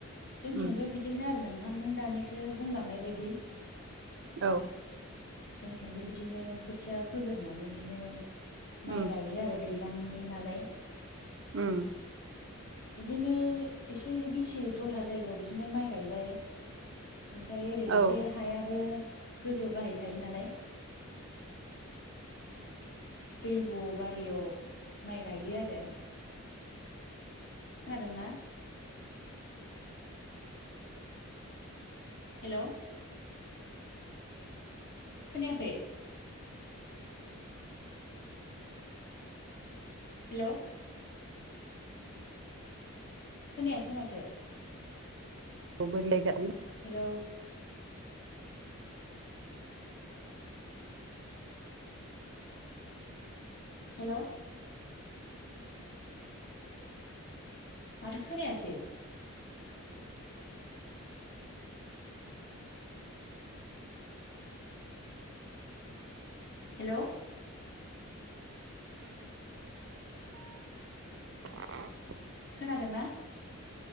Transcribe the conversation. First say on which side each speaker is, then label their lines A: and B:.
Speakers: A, on the left; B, on the right.
A: जोंथिंबो
B: उम
A: बिदिनो आरो नोंथां थां नों दानिसो बुंलांनाय बायदि
B: औ।
A: जोंथिंबो बिदिनो खोथिया फोगोरनानै बिदिनो माइ
B: उम
A: गायो आरो दै दैलांनि नालाय
B: उम।
A: बिदिनो एसे गिसि दलहा जायगायाव बिदिनो माइ गायबाय ओमफ्राय ओरै एसे
B: औ
A: हायाबो गोजौ गाहाय थायो नालाय दै ब' बारियाव माइ गायो आरो। खोनादोंना? हेलौ खोनायाखै? हेलौ खोनायासै माथो?
B: <unintelligible>
A: हेलौ हेलौ माथो खोनायासै? हेलौ
B: <unintelligible>
A: खोनादों ना?